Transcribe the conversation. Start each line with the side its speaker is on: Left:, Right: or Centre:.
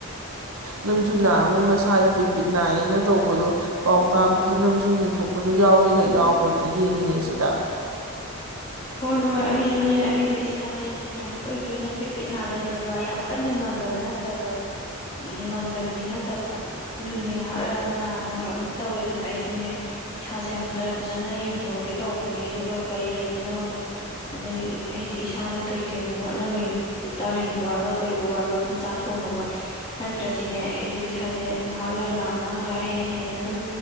Right: ꯅꯪꯁꯨ ꯅꯍꯟꯃꯨꯛ ꯅꯁꯛ ꯏꯁꯥꯗꯣ ꯄꯤꯠ ꯄꯤꯠ ꯅꯥꯏꯌꯦꯅ ꯇꯧꯕꯗꯣ ꯄꯥꯎ ꯇꯥꯕꯗꯨ ꯅꯪꯁꯨ ꯌꯦꯡꯊꯣꯛꯄꯗꯨ ꯌꯥꯎꯒꯦꯒ ꯌꯥꯎꯔꯣꯅꯦ ꯌꯦꯡꯉꯤꯉꯩꯁꯤꯗ
Left: ꯍꯣꯏ ꯍꯣꯏ ꯑꯩꯁꯨꯅꯦ ꯑꯩꯁꯨ ꯏꯁꯥꯁꯦ ꯌꯥꯝ ꯇꯣꯏ ꯇꯣꯏꯅ ꯄꯤꯠ ꯄꯤꯠ ꯅꯥꯒꯜꯂꯦꯕ ꯌꯥꯝ ꯀꯟꯅ ꯉꯝꯗꯕ ꯅꯠꯇꯕ ꯉꯝꯗꯕꯗꯤ ꯅꯠꯇꯕ ꯑꯗꯨꯅꯦ ꯉꯥꯏꯍꯥꯛ ꯂꯩꯔꯑꯃꯨꯛ ꯅꯥ ꯉꯥꯢꯍꯥꯛ ꯑꯗꯨꯝ ꯊꯧꯋꯦ ꯑꯗꯨꯅ ꯑꯩꯁꯨꯅꯦ ꯏꯁꯥꯁꯦ ꯑꯝꯇ ꯐꯖꯅ ꯌꯦꯡꯊꯣꯛꯑꯒꯦ ꯇꯧꯕꯅꯦ ꯑꯗꯨꯒ ꯀꯔꯤ ꯂꯩꯕ ꯅꯣꯗꯣ ꯑꯗꯒꯤ ꯑꯩꯗꯤ ꯏꯁꯥꯗ ꯀꯩꯀꯩꯕꯨ ꯋꯥꯠꯂꯝꯃꯤ ꯚꯤꯇꯥꯃꯤꯟꯕꯨ ꯋꯥꯠꯂꯣ ꯀꯩꯕꯨ ꯋꯥꯠꯂꯣ ꯑꯗꯨꯝ ꯆꯥꯊꯣꯛꯅꯕ ꯅꯠꯇ꯭ꯔꯗꯤꯅꯦ ꯑꯩꯁꯨ ꯏꯁꯥꯁꯦ ꯉꯥꯏꯍꯥꯛ ꯂꯩꯔꯥ ꯅꯔꯛ ꯉꯥꯏꯍꯥꯛ ꯂꯩꯔ ꯍꯦꯟꯅ ꯍꯦꯟꯅ ꯁꯨꯝ